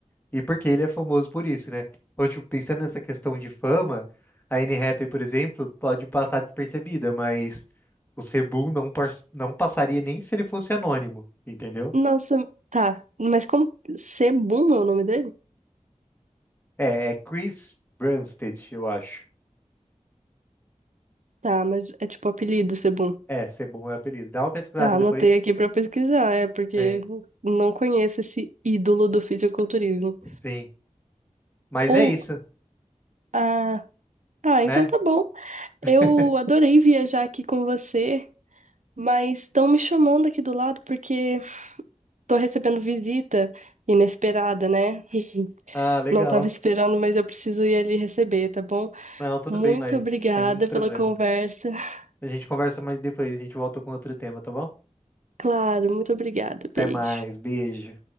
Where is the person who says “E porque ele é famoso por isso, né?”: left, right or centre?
Left